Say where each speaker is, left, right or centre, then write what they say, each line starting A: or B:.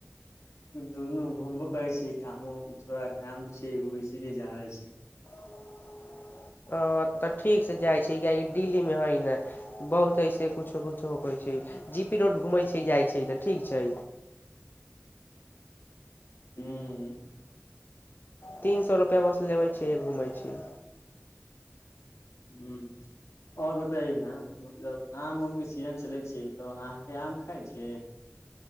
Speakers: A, on the left; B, on the left.
A: दुनू घूमबो करे छै कामो थोड़ा काम छै ओ इसीलिए जा रहले छै
B: <unintelligible> अ तऽ ठीक से जाइ छै किया कि दिल्ली में होइ ने बहुत ऐसे कुछो कुछो हो छै जी पी रोड घुम छै जाइ छै तऽ ठीक छै
A: हू
B: तीन सौ रुपेया बस लेबे छै घूमेय छै
A: हू और बताये ने मतलब आम उम के सीजन चलै छै तऽ अहाँके आम खाइ छै